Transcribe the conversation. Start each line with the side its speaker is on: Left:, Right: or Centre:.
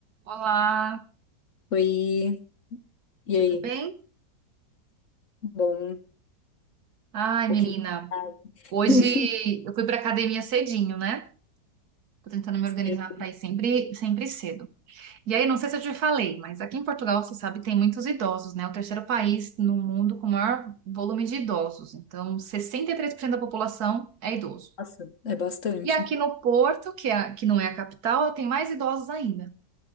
Right: Olá,
Left: Oi, e
Right: tudo
Left: aí?
Right: bem?
Left: Bom, um
Right: Ai,
Left: pouquinho.
Right: menina,
Left: tarde.
Right: hoje
Left: <laughs>
Right: eu fui pra academia cedinho, né? Tô tentando me
Left: Sim.
Right: organizar pra ir sempre, sempre cedo. E aí, não sei se eu te falei, mas aqui em Portugal, você sabe, tem muitos idosos, né? O terceiro país no mundo com o maior volume de idosos. Então, 63% da população é idoso.
Left: Nossa, é bastante.
Right: E aqui no Porto, que, é, a- que não é a capital, tem mais idosos ainda.